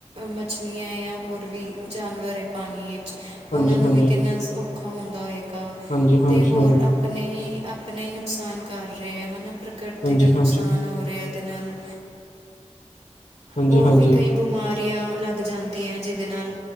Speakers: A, on the right (about 60°); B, on the left (about 80°).
A: ਮੱਛਲੀਆਂ ਜਾਂ ਹੋਰ। ਵੀ ਜਾਨਵਰ ਐ ਪਾਣੀ ਵਿੱਚ, ਉਹਨਾਂ
B: ਹਾਂਜੀ,
A: ਨੂੰ
B: ਹਾਂਜੀ,
A: ਵੀ ਕਿੰਨਾ ਔਖਾ ਹੁੰਦਾ ਹੋਏਗਾ।
B: ਹਾਂਜੀ, ਹਾਂਜੀ,
A: ਤੇ ਹੋਰ ਆਪਣੇ ਹੀ ਆਪਣਾ ਹੀ ਨੁਕਸਾਨ ਕਰ ਰਹੇ ਹੈ ਹਨਾ। ਪ੍ਰਕਿਰਤੀ
B: ਹਾਂਜੀ,
A: ਦਾ ਨੁਕਸਾਨ
B: ਹਾਂਜੀ,
A: ਹੋ ਰਿਹਾ, ਇਹਦੇ ਨਾਲ।
B: ਹਾਂਜੀ,
A: ਹੋਰ
B: ਹਾਂਜੀ, ਹਾਂਜੀ, ਹਾਂਜੀ,
A: ਵੀ ਕਈ ਬਿਮਾਰੀਆਂ ਲੱਗ ਜਾਂਦੀਆਂ, ਜਿਹਦੇ ਨਾਲ